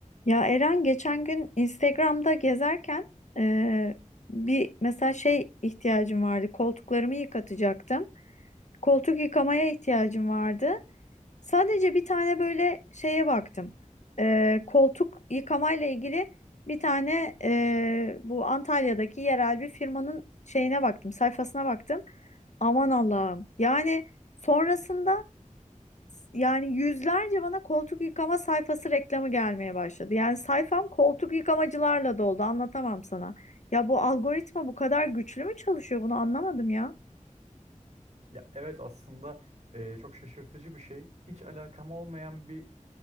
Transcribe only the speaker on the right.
Ya evet aslında e, çok şaşırtıcı bir şey. Hiç alakam olmayan bir